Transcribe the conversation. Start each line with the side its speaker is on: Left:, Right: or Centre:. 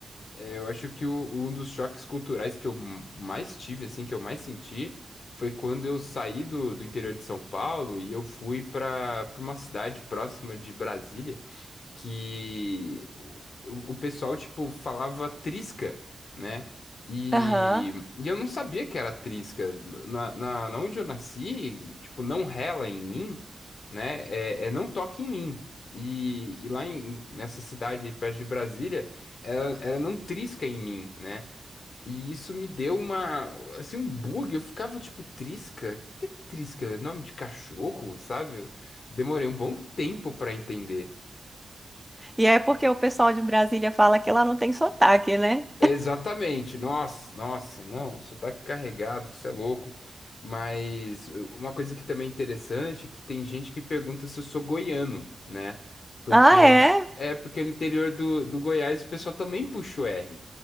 Left: É, eu acho que o- um dos choques culturais que eu m- mais tive, assim, que eu mais senti, foi quando eu saí do, do interior de São Paulo e eu fui para uma cidade próxima de Brasília que o, o pessoal, tipo, falava trisca, né? E,
Centre: Aham.
Left: e eu não sabia que era trisca. Na, na, na onde eu nasci, tipo, não rela em mim, né? É, é não toque em mim. E, e lá em, nessa cidade aí perto de Brasília, era, era não trisca em mim, né? E isso me deu uma, assim, um bug. Eu ficava tipo, trisca? O que que é trisca? É Nome de cachorro, sabe? Demorei um bom tempo pra entender.
Centre: E é porque o pessoal de Brasília fala que lá não tem sotaque, né?
Left: Exatamente, nossa, nossa, não, sotaque carregado, isso é louco. Mas uh, uma coisa que também é interessante é que tem gente que pergunta se eu sou goiano, né? Porque
Centre: Ah, é?
Left: é porque no interior do, do Goiás o pessoal também puxa o R,